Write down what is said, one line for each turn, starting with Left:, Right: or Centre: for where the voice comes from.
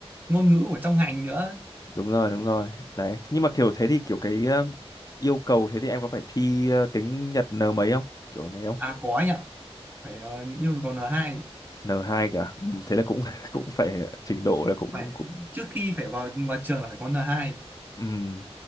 Right: ngôn ngữ của trong ngành nữa
Left: đúng rồi đúng rồi đấy nhưng mà kiểu thế thì kiểu cái ờ, yêu cầu thế thì em có phải thi ờ, tiếng Nhật N mấy không kiểu này không
Right: À có anh ạ, phải ờ, yêu cầu n hai
Left: n hai cả ừ, thế là cũng <laughs> cũng phải trình độ là cũng
Right: phải
Left: cũng
Right: trước khi phải vào vào trường là phải có n hai.
Left: ừ.